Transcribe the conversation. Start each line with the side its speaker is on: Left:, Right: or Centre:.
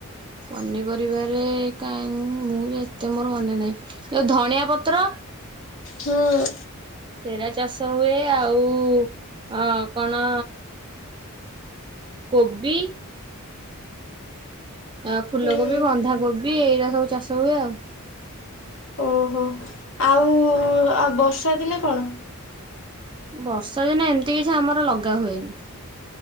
Right: ପନିପରିବାରେ କାଇଁ ମୁଁ ଏତେ ମୋର ମନେ ନାହିଁ। ଯୋଉ ଧଣିଆ ପତ୍ର
Left: ହୁଁ।
Right: ସେରା ଚାଷ ହୁଏ। ଆଉ ଅ କଣ କୋବି ଆ ଫୁଲକୋବି
Left: ହୁଁ।
Right: ବନ୍ଧାକୋବ ବି ଏଇରା ସବୁ ଚାଷ ହୁଏ ଆଉ।
Left: ଓହୋ ଆଉ ଆଉ ବସ୍ ର୍ଷା ଦିନେ କଣ?
Right: ବର୍ଷା ଦିନେ ଏମ୍ ନ୍ତି କିଛି ଆମର ଲଗା ହୁଏନି।